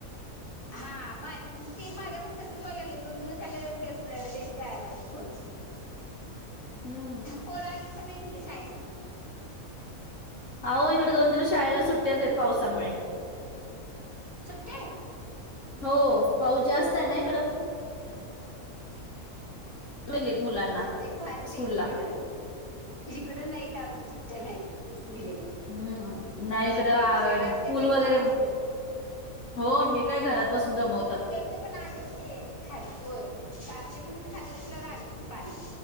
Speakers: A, on the left; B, on the left.
A: हा माझ ते माझं पण तसच व्हायला लागलं दोन दिवस झालं ते रेंज जायला लागलीया फोनची <inaudible>
B: हम्म.
A: पोर आलीत का नाही म्हटल शाळेसन?
B: अहो इकडे दोन दिवस शाळेला सुट्ट्याच आहेत पावसामुळे.
A: सुट्टी आहे?
B: हो पाऊस जास्त आहे ना इकडे. गेलेत मुलांना
A: वाई भारीच
B: स्कूलला
A: आहे की इकडं. इकडं नाहीत अजून सुट्ट्या नाहीत दिलेल्या.
B: हम्म नाही इकडं
A: काय
B: अ
A: ती शाळा असते
B: पूल
A: तेच बरं
B: वगैरे.
A: असते
B: हो हे काय घरात बसून दमवतात.
A: इथे पण आले कि ते खाली होय आपल्या पण इथ खालच्या पुुलावर आलंयच की पाणी.